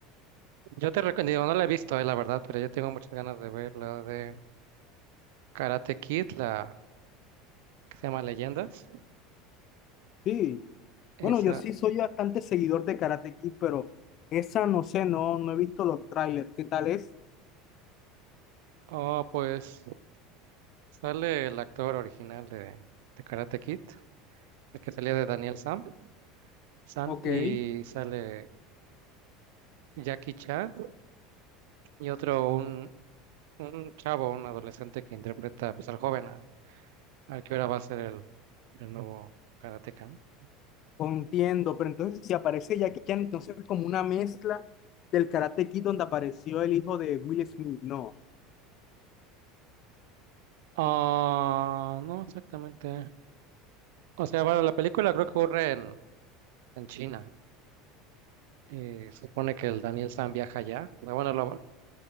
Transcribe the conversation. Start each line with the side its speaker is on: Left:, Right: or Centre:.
Right: Yo te recomiendo, no la he visto, eh, la verdad, pero yo tengo muchas ganas de ver la de Karate Kid, la que se llama Leyendas.
Left: Sí,
Right: Esa,
Left: bueno, yo sí soy bastante seguidor de Karate Kid, pero esa no sé, no, no he visto los trailers. ¿Qué tal es?
Right: oh, pues. Sale el actor original de, de Karate Kid, el que salía de Daniel Sam, San,
Left: Ok.
Right: y sale Jackie Chan y otro, un, un chavo, un adolescente que interpreta pues, al joven, al, al que ahora va a ser el, el nuevo karateka. ¿no?
Left: No entiendo, pero entonces si aparece Jackie Chan, entonces es como una mezcla del Karate Kid donde apareció el hijo de Will Smith, no.
Right: Ah, no exactamente. O sea, bueno, la película creo que ocurre en, en China y supone que el Daniel San viaja allá. Ah, Bueno, lo va-